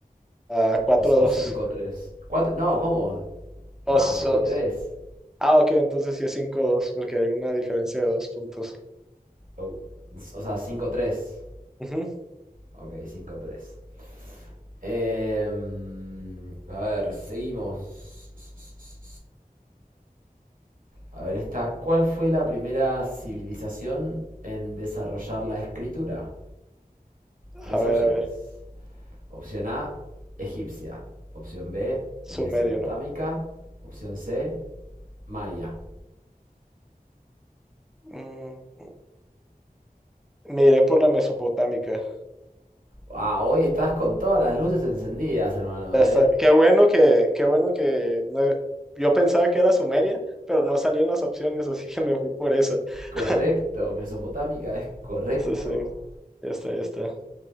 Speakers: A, in the centre; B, on the right.
A: Ah, cuatro
B: O,
A: dos
B: o cinco tres Cuatro- No, ¿cómo?
A: Os,
B: No, yo
A: os.
B: voy tres
A: Ah, ok, entonces sí es cinco dos porque hay una diferencia de dos puntos.
B: O, o sea, cinco tres
A: Ujú.
B: Ok, cinco tres. Em, a ver, seguimos. A ver, esta. ¿Cuál fue la primera civilización en desarrollar la escritura? Tres
A: A ver,
B: opciones.
A: a ver.
B: Opción A, egipcia. Opción B,
A: Sumerio,
B: mesopotámica.
A: ¿no?
B: Opción C, maya.
A: Mm, me iré por la mesopotámica.
B: Ah, hoy estás con todas las luces encendidas, hermano,
A: Ya
B: ¿eh?
A: está. Qué bueno que, qué bueno que no- yo pensaba que era Sumeria, pero no salían las opciones, así que me fui por esa.
B: Correcto,
A: <laughs>
B: mesopotámica es correcto.
A: Sí, sí, ya está, ya está.